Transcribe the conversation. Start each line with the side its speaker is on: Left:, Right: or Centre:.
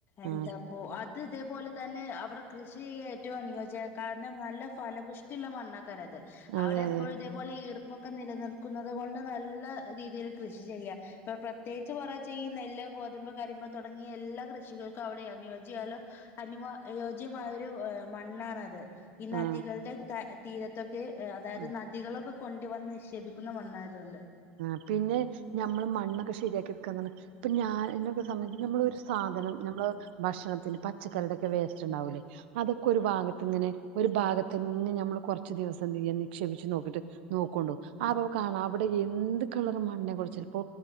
Left: എന്താ
Right: ആ
Left: പ്പോ അത് ഇതേപോലെ തന്നെ അവടെ കൃഷിചെയ്യാൻ ഏറ്റവും അനുയോജ്യ. കാരണം നല്ല ഫല പുഷ്ടിയുള്ള മണ്ണക്കാരഅത് അവടെ
Right: അതെ അതെ
Left: എപ്പോഴുംഇതേ പോലെ ഈർപ്പൊക്കെ നിലനിൽക്കുന്നത് കൊണ്ട് നല്ല രീതിയിൽ കൃഷി ചെയ്യാ ഇപ്പൊ പ്രത്യേകിച്ച് കുറച്ചെ ഈ നെല്ല്, ഗോതമ്പ്, കരിമ്പ്, തുടങ്ങിയ എല്ലാ കൃഷികൾക്കും അവിടെയാ അനുയോജ്യാലോ അനി മേയോജ്യമായ ഒരു മണ്ണാണത് ഈ നദികൾടെ
Right: ആ
Left: ത തീരത്തൊക്കെ അ അതായത്
Right: ഉം
Left: നദികളൊക്കെ കൊണ്ട്വന്ന് നിക്ഷേപിക്കുന്ന മണ്ണായതുകൊണ്ട്.
Right: ആ പിന്നെ നഞമ്മള് മണ്ണൊക്കെ ശെരിയാക്കി എടുക്കാന്നാണ് ഇപ്പൊ ഞാ ഞാൻക്കെ സമയ നമ്മളൊരു സാധനം ഞമ്മള് ഭക്ഷണത്തിന് പച്ചക്കറിയുടെക്കെ വേസ്റ്റ് ഉണ്ടാവൂലേ അതൊക്കെ ഒരു ഭാഗത്ത് ഇങ്ങനെ ഒരു ഭാഗത്തതന്നെ ഞമ്മൾ കുറച്ച ദിവസം എന്ത് ചെയ്യാനിക്ഷേപിച്ചു നോക്കിട്ട് നോക്കോണ്ടു ആപ്പൊ കാണ അവിടെ ഈ എന്ത് കളറ് മണ്ണിനെ കുറിച്ച ഇപ്പോ